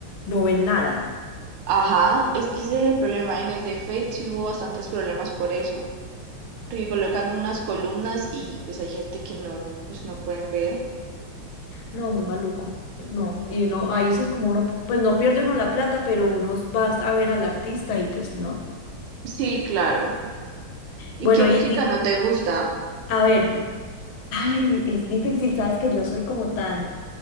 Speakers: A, on the left; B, on the right.
A: no ven nada,
B: Ajá, es que ese es el problema. En el de Fate sí hubo bastantes problemas por eso, porque colocan unas columnas y pues hay gente que no, pues no pueden ver.
A: no, muy maluco, no, y uno, ahí sí es como uno, pues no pierde uno la plata, pero uno va a ver al artista y pues no.
B: Sí, claro. ¿Y
A: Bueno,
B: qué música
A: y di-
B: no te gusta?
A: a ver. Ay, es difícil, sabes que yo soy como tan,